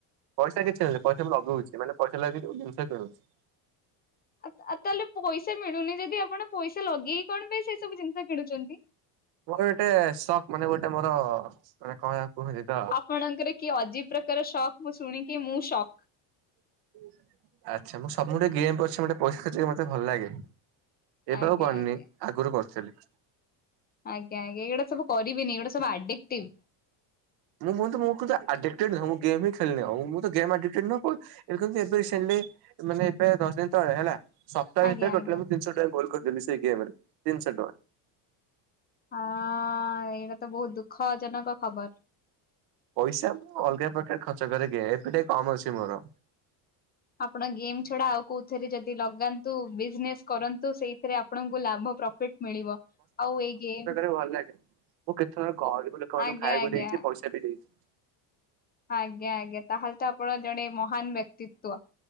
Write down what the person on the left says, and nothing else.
ଆତ ଆଉ ତାହେଲେ ପଇସା ମିଳୁନି ଯଦି ଆପଣ ପଇସା ଲଗେଇକି କଣ ପାଇଁ ସେ ସବୁ ଜିନିଷ କିଣୁଛନ୍ତି।
ପଣଙ୍କର କିଏ ଅଜିବି ପ୍ରକାର ଶକ୍ ମୁଁ ଶୁଣିକି ମୁଁ ଶକ୍।
ଆଜ୍ଞା
ଆଜ୍ଞା
ଆଜ୍ଞା ଆଜ୍ଞ ଏଇଗୁଡା ସବୁ କରିବେନି ଏଇଗୁଡା ଆଡିକିଟିଭି।
ଆଜ୍ଞା
ଆଜ୍ଞା
ହଁଅ ଅ ଅ ଏଇଟା ତ ବହୁତ ଦୁଃଖ ଜନକ ଖବର।
ଆପଣ ଗେମ୍ ଛଡା ଆଉ କୋଉଥିରେ ଯଦି ଲଗାନ୍ତ। ତୁ ବିଜନେସ କରନ୍ତୁ ସେଇଥିରେ ଆପଣଙ୍କୁ ଲାଭ ପ୍ରଫିଟ ମିଳିବ ଆଉ ଏଇ ଗେମ୍ ତ୍
ଆଜ୍ଞା
ଆଜ୍ଞା
ଆଜ୍ଞା ଆଜ୍ଞା ତାହେଲେ ତ ଆପଣ ଜଣେ ମହାନ ବ୍ୟକ୍ତି। ତ୍ୱ